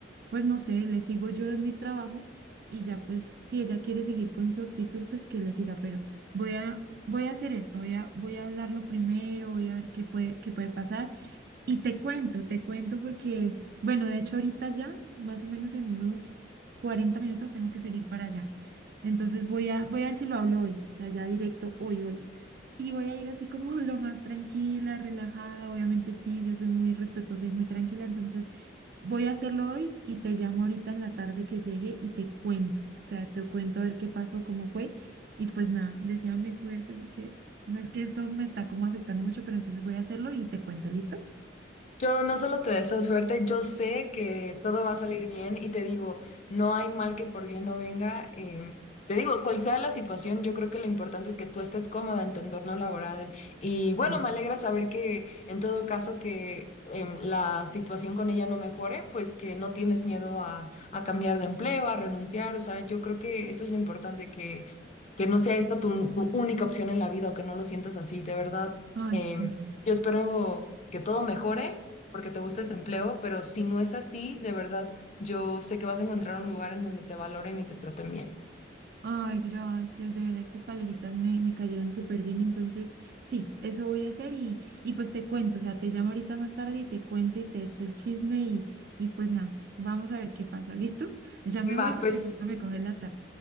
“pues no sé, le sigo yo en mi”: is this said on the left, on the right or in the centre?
Right